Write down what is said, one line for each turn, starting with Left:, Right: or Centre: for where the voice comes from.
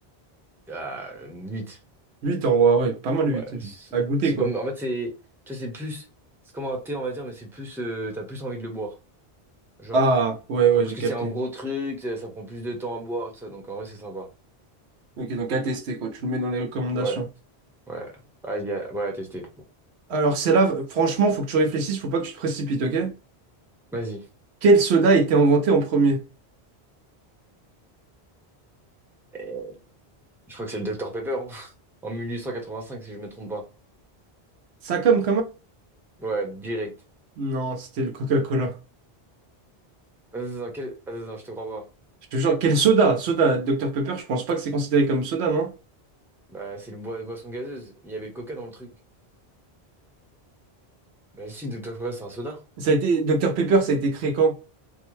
Centre: Ah, 8.
Right: huit en vrai, ouais, pas mal
Centre: Ouais,
Right: huit
Centre: c'est
Right: À goûter
Centre: c'est
Right: quoi.
Centre: comme. En fait, c'est. Tu vois, c'est plus. C'est comme un thé, on va dire, mais c'est plus. euh, t'as plus envie de le boire. Genre.
Right: Ah, ouais, ouais,
Centre: Genre parce
Right: j'ai
Centre: que
Right: capté.
Centre: c'est un gros truc, ça, ça prend plus de temps à boire, tout ça. Donc en vrai, c'est sympa.
Right: Ok, donc à tester
Centre: Ouais.
Right: quoi. Tu le mets dans les recommandations.
Centre: Ouais. Ouais. Vas-y, à- ouais, à tester.
Right: Alors, c'est là, franchement, faut que tu réfléchisses, faut pas que tu te précipites, ok?
Centre: Vas-y.
Right: Quel soda a été inventé en premier?
Centre: Euh, Je crois que c'est le docteur Pepper, hein. <laughs> En 1885, si je me trompe pas.
Right: Ça comme
Centre: Ouais, direct.
Right: Non, c'était le Coca-Cola.
Centre: Vas-y, attends, quel- attends, je te crois pas.
Right: Je te jure, quel soda? Soda, Dr Pepper, je pense pas que c'est considéré comme soda, non?
Centre: Bah, c'est le boi- boisson gazeuse. Il y avait le coca dans le truc. Bah, si, docteur Pepper, c'est un soda.
Right: Ça a été... Dr Pepper, ça a été créé quand?